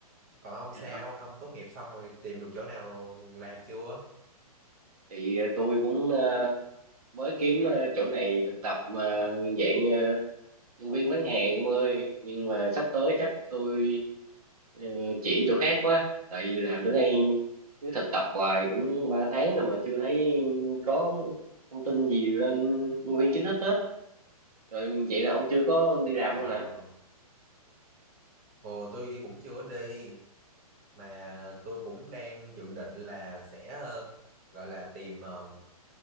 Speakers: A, on the right (about 25°); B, on the right (about 70°).
A: Còn ông
B: dạ.
A: sao? Ông tốt nghiệp xong rồi tìm được chỗ nào làm chưa?
B: Thì ờ, tôi cũng ờ, mới kiếm ờ, chỗ này thực tập mà dạng ờ, nhân viên bán hàng ông ơi nhưng mà sắp tới chắc tôi ờ, chuyển chỗ khác quá tại vì làm chỗ này cứ thực tập hoài cũng 3 tháng rồi mà chưa thấy có thông tin gì lên nhân viên chính thức hết rồi vậy là ông chưa có đi làm
A: Ờ,
B: luôn hả
A: ồ tôi cũng chưa đi mà tôi cũng đang dự định là sẽ ờ, gọi là tìm ờ,